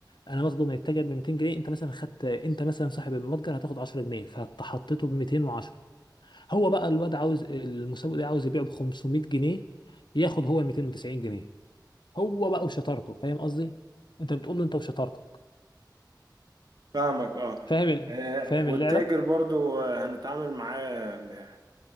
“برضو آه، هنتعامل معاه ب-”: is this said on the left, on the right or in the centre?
Right